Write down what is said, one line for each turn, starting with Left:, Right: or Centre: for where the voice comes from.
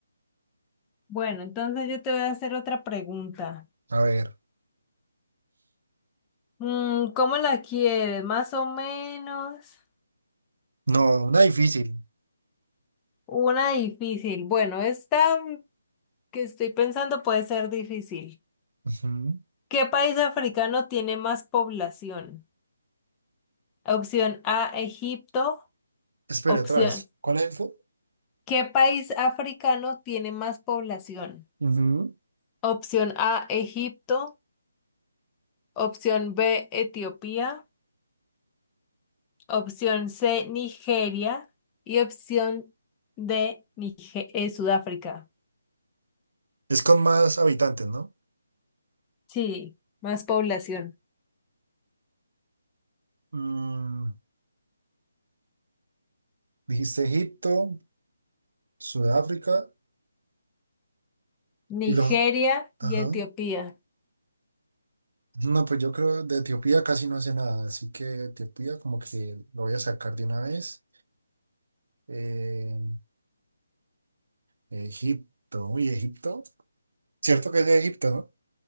Left: Bueno, entonces yo te voy a hacer otra pregunta.
Right: A ver.
Left: Mm, ¿cómo la quieres? Más o menos.
Right: No, una difícil.
Left: Una difícil. Bueno, esta mm, que estoy pensando puede ser difícil.
Right: Ujú.
Left: ¿Qué país africano tiene más población? Opción A, Egipto.
Right: Espere
Left: Opción.
Right: otra vez. ¿Cuál es el fu-
Left: ¿Qué país africano tiene más población?
Right: Ujú.
Left: Opción A, Egipto. Opción B, Etiopía. Opción C, Nigeria. Y opción D, Nige- eh, Sudáfrica.
Right: Es con más habitantes, ¿no?
Left: Sí, más población.
Right: Mm, dijiste Egipto, Sudáfrica
Left: Nigeria
Right: y los... Ajá.
Left: y Etiopía.
Right: No, pues yo creo de Etiopía casi no hace nada, así que Etiopía como que lo voy a sacar de una vez. Eh, Egipto, uy, Egipto. Cierto que es de Egipto, ¿no?